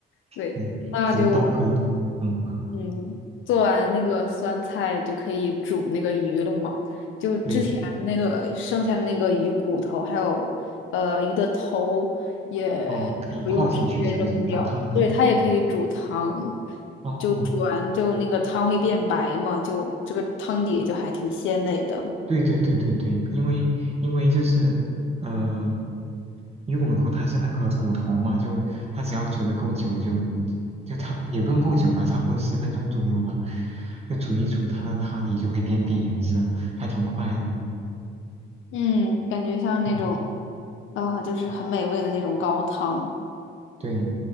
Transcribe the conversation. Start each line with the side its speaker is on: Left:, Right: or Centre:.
Left: 对，
Right: 对，
Left: 那就
Right: 人刀合一。嗯，
Left: 嗯，做完那个酸菜就可以煮那个鱼了嘛。就之前那个剩下的那个鱼骨头，
Right: 对，
Left: 还有呃鱼的头，也不用直接扔掉，
Right: 哦，可以泡进去是不是？当汤底。
Left: 对，它也可以煮汤。
Right: 哦哦。
Left: 就煮完就那个汤会变白嘛，就这个汤底就还挺鲜美的。
Right: 对对对对对，因为因为就是呃，鱼骨头它是那个骨头嘛，就它只要煮的够久就，就它也不用够久吧，差不多十分钟左右吧，就煮一煮，它的汤底就会变变颜色，还挺快的。
Left: 嗯，感觉像那种。
Right: 嗯，
Left: 啊，就是很美味的那种高汤。
Right: 对。